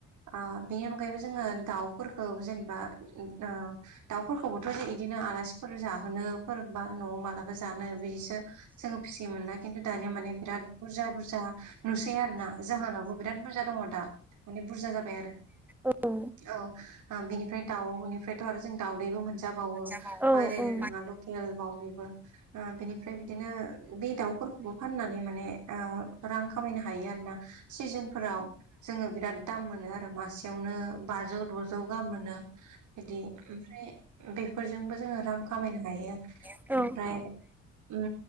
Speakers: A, on the right; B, in the centre.
A: आ बेनि अनायैबो जोंङो दावफोरखौ जेनेबा ओ दाव दाफोरखौबोथ इदिनो आलासिफोर जाहोनो बा नआव मालाबा जानो बिदिसो जोंङो फिसियोमोन ना खिन्थु दानिया माने बिराद बुरजा-बुरजा नुसै आरोना जाहानावबो बिराद बुरजा दंङ दा माने बुरजा जाबाय आरो
B: आरो
A: औ ओ बिनिफ्राय दाउनिफ्रायथ आरो जों दाउदैबो मोनजाबावो
B: जाबावो
A: बायलाय लायनांङा गेलेबावबोयो बेबो बिनिफ्राय बिदिनो बे दाउफोरखौबो फाननानै माने ओ रां खामायनो हायो आरोना सिजोनफोराव जोंङो बिराद दाम मोनो आरो मासेयावनो बाजौ दजौ गाहाम मोनो बिदि ओमफ्राय बेफोरजोंबो जोंङो रां खामायनो हायो
B: बिदि
A: ओमफ्राय उं